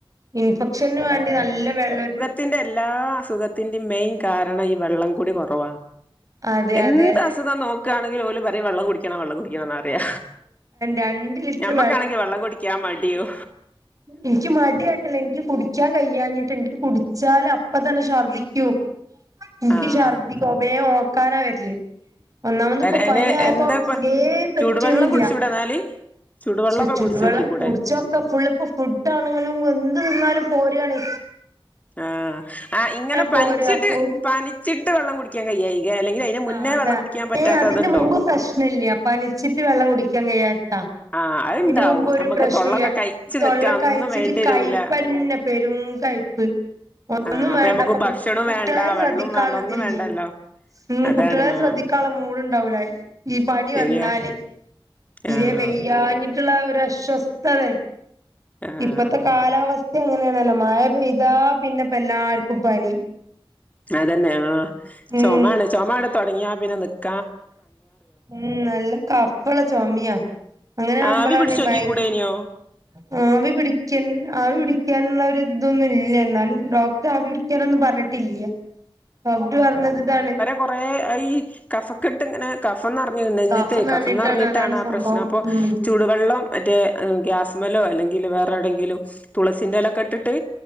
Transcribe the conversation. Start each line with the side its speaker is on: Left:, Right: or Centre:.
Right: ഇൻഫെക്ഷന് വേണ്ടി നല്ല വെള്ളരു
Left: തിൻ്റെ എല്ലാ അസുഖത്തിന്റിം മെയിൻ കാരണം ഈ വെള്ളം കുടി കൊറവാ
Right: അതെ
Left: എന്ത്
Right: അതെ
Left: അസുഖം നോക്കുകയാണെങ്കിൽ ഓല വരെ വെള്ളം കുടിക്ക ക്ക വെള്ളം കുടിക്കണന്നറിയ
Right: രണ്ട് ലിറ്റർ
Left: ഞമ്മക്കാണെങ്കിൽ വെള്ളം കുടിക്കാ മടിയോ
Right: ഇങ്ങ്ക്ക് മടി എനിക്ക് കുടിക്കാൻ കഴിയഞ്ഞിട്ട് എനിക്ക് കുടിച്ചാല് അപ്പ തന്നെ ശഛർദ്ദിക്കൂ എനിക്ക്
Left: ആഹ്
Right: ഛർദ്ദി ഗോബയെ ഓക്കാനാ വരില്ലേ ഒന്നാമത് ഇപ്പൊ
Left: അയിന്
Right: പനിയായപ്പോ
Left: എന്താപ്പ
Right: ഇരേ
Left: ചൂടുവെള്ളം
Right: റ്റണില്ല.
Left: കുടിച്ചൂടെ എന്നാല് ചൂടുവെള്ളമൊക്കെ
Right: ച്ചു ചൂടുവെള്ളം
Left: കുടിച്ചോക്കിക്കൂടെ
Right: കുടിച്ചൊക്കെ ഫുള്ള് പ്പ <unintelligible> ആണെങ്കിലും എന്ത് തിന്നാലും പോരയാണേ
Left: ആഹ ആ് ഇങ്ങനെ
Right: പോരാ
Left: പനിച്ചിട്ട്
Right: അപ്പൊ
Left: പനിച്ചിട്ട് വെള്ളം കുടിക്കാൻ കഴായി അല്ലെങ്കിൽ അതിന്
Right: ആ
Left: മുന്നേ
Right: അതാ
Left: വെള്ളം കുടിക്കാൻ
Right: <unintelligible>
Left: പറ്റാത്ത
Right: അതിന്റെ
Left: അതുണ്ടോ
Right: മുമ്പ് പ്രശ്ന ഇല്ല. അപ്പൊ പനിച്ചിട്ട് വെള്ളം കുടിക്കാൻ കഴിയാത്താ.
Left: ആഹ് അത്ണ്ടാവും
Right: ഇതന് മുമ്പൊ ഒരു
Left: നമ്മക്ക്
Right: പ്രശ്നുല്ല.
Left: തൊള്ളൊക്കെ കഴിച്ചു
Right: തൊള്ള
Left: നിക്കാൻ
Right: കയിച്ചിട്ട്
Left: ഒന്നും വേണ്ടി വരൂല
Right: കയപ്പന്നെ. പെരും കയപ്പ് ഒന്നും
Left: ആഹ് അപ്പൊ
Right: വേണ്ടപ്പ
Left: നമുക്ക്
Right: കുട്ടികളെ
Left: ഭക്ഷണോം വേണ്ട
Right: ശ്രദ്ധിക്കാനുള്ളതില്ല
Left: വെള്ളോം വേണ്ട ഒന്നും വേണ്ടല്ലോ
Right: ഉം
Left: അതാണ്
Right: കുട്ടികളെ
Left: ആഹ്
Right: ശ്രദ്ധിക്കാനുള്ള മൂട് ഉണ്ടാവൂലായി. ഈ പനി
Left: ശരിയാ
Right: വന്നാല്, തീരെ
Left: ആഹ്
Right: വെയ്യാഞ്ഞിട്ടു, ട്ടുള്ള ഒരു അസ്വസ്ഥതെ.
Left: ആഹ്
Right: ഇപ്പത്തെ കാലാവസ് അങ്ങനെയാണല്ലോ മഴ പയ്യതാ പിന്നെപ്പ എല്ലാവർക്കും പനി
Left: അതന്നെ ആ.
Right: ഉം
Left: ചൊമാണ്, ചൊമാ അട് തുടങ്ങിയ പിന്നെ നിക്ക
Right: ഉം നല്ല കഫളള ചുമയാ. അങ്ങനെ ആവുമ്പോളാണ്
Left: ആവി പിടിച്ചോക്കി
Right: ഭയ
Left: കൂടേനിയോ
Right: ആ. ആവി പിടിക്കൻ ആവി പിടിക്കാനുള്ള ഒരു ഇതൊന്നും ഇല്ല. എന്നാലും ഡോക്ടർ ആവി പിടിക്കാനൊന്നും പറഞ്ഞിട്ടില്ല. <inaudible> പറഞ്ഞത് ഇതാണ്
Left: കൊറെ ഈ കഫക്കെട്ട് ഇങ്ങനെ. കഫ നിറഞ്ഞ് നെഞ്ചത്ത്.
Right: കഫംന്ന്
Left: കഫ
Right: പറഞ്ഞിട്ടാണ്
Left: നെറിഞ്ഞിട്ടാണ്
Right: അതാണ്
Left: ആ
Right: സംഭവം
Left: പ്രശ്നം. അപ്പോ
Right: ഉം
Left: ചുടു വെള്ളം മറ്റേ ഗ്യാസ് മലോ അല്ലെങ്കിൽ വേറെവിെങ്കിലും ലോ തുളസിന്റെലൊക്കെ ഇട്ടിട്ട്,